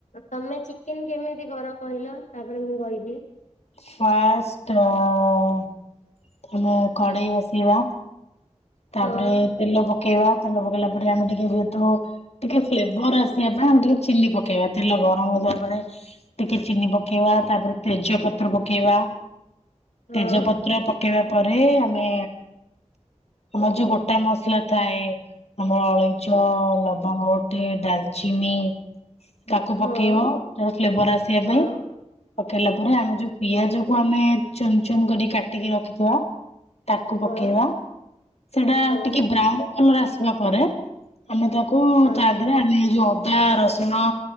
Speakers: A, on the left; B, on the left.
A: ତମେ ଚିକେନ କେମିତି କର କହିଲ ତାପରେ ମୁଁ କହିବି
B: ଫାଷ୍ଟ ଅ ତମେ କଡେଇ ବସିବା ତାପରେ
A: ହଁ
B: ତେଲ ପକେଇବା ତେଲ ପକେଇଲା ପରେ ଆମେ ଟିକେ ଯେହେତୁ ଟିକେ ଫ୍ଲେଭର ଆସିବା ପାଇଁ ଆଉ ଟିକେ ଚିଲି ପକେଇବା ତେଲ ଗରମ ହଉସ ପରେ ଟିକେ ଚିନି ପକେଇବା ତାପରେ ତେଜଆ ପତ୍ର ପକେଇବା
A: ହଁ
B: ତେଜପତ୍ର ପକେଇବା ପରେ ଆମେ ଆମର ଯୋଉ ଗୋଟା ମସଲା ଥାଏ ଆମର ଅଲେଇଚ ଲବଙ୍ଗ ଗୋଟେ ଡାଲଚିନି ତାକୁ ପକେଇବ
A: ହଁ
B: ତାର ଫ୍ଲେବର ଆସିବା
A: ହଁ
B: ପାଇଁ ପକେଇଲା ପରେ ଆମ ଯୋଉ ପିଆଜ କୁ ଆମେ ଚୁନ ଚୁନ କରି କାଟିକି ରଖିଥିବା ତାକୁ
A: ହଁ
B: ପକେଇବା ସେଟା
A: ହଁ
B: ଟିକେ ବ୍ରାଉନ କଲର ଆସିବା ପରେ ଆମେ ତାକୁ
A: ହଁ
B: ତା ଦେହରେ ଆେ ଯୋଉ ଅଦା ରସୁଣ